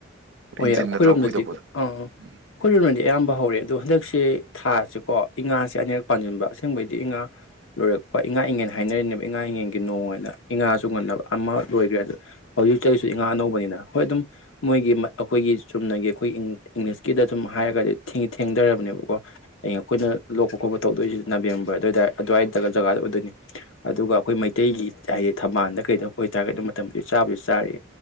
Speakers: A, on the left (about 80°); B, on the right (about 65°).
A: ꯍꯣꯏ
B: ꯏꯟꯖꯤꯟꯅ
A: ꯌꯥꯏ ꯑꯩꯈꯣꯏꯔꯣꯝꯗꯗꯤ
B: ꯇꯧꯔ ꯈꯣꯏꯗꯣꯛꯄꯗꯣ
A: ꯑꯥ ꯑꯩꯈꯣꯏꯔꯣꯝꯗꯗꯤ
B: ꯎꯝ
A: ꯑꯌꯥꯝꯕ ꯍꯧꯔꯦ ꯑꯗꯣ ꯍꯟꯗꯛꯁꯦ ꯊꯥꯦ ꯀꯣ ꯏ ꯉꯥꯁꯦ ꯑꯅꯤꯔꯛ ꯄꯥꯟꯁꯤꯟꯕ ꯑꯁꯦꯡꯕꯩꯗꯤ ꯏꯉꯥ ꯂꯣꯏꯔꯛꯄ ꯏꯉꯥ ꯏꯉꯦꯟ ꯍꯥꯏꯅꯔꯤꯅꯦꯕ ꯏꯉꯥ ꯏꯉꯦꯟꯒꯤ ꯅꯣꯡꯅ ꯏꯉꯥꯁꯨ ꯉꯟꯅꯕ ꯑꯃ ꯂꯣꯏꯈ꯭ꯔꯦ ꯑꯗ ꯍꯧꯖꯤꯛꯛꯇꯁꯨ ꯏꯉꯥ ꯑꯅꯧꯕꯅꯤꯅ ꯍꯣꯏ ꯑꯗꯨꯝ ꯃꯣꯏꯒꯤ ꯑꯩꯈꯣꯏꯒꯤ ꯆꯨꯝꯅꯒꯤ ꯑꯩꯈꯣꯏ ꯏꯪꯂꯤꯁꯀꯤꯗ ꯁꯨꯝ ꯍꯥꯏꯔꯒꯗꯤ ꯊꯦꯡꯊꯔꯕꯅꯦꯕꯀꯣ ꯑꯡ ꯑꯩꯈꯣꯏꯅ ꯂꯣꯛꯄ ꯈꯣꯠꯄ ꯇꯧꯗꯣꯏꯁꯤ ꯅꯕꯦꯝꯕꯔ ꯑꯗꯨꯋꯥꯏꯗꯥꯏ ꯑꯗꯨꯋꯥꯏꯗꯒ ꯖꯒꯥꯗ ꯑꯣꯏꯗꯣꯏꯅꯤ ꯑꯗꯨꯒ ꯑꯩꯈꯣꯏ ꯃꯩꯇꯩꯒꯤ ꯍꯥꯏꯗꯤ ꯊꯝꯕꯥꯜꯗ ꯀꯩꯗ ꯑꯣꯏꯇꯥꯥꯔꯒꯗꯤ ꯃꯇꯝꯗꯨ ꯆꯥꯕꯁꯨ ꯆꯥꯔꯦ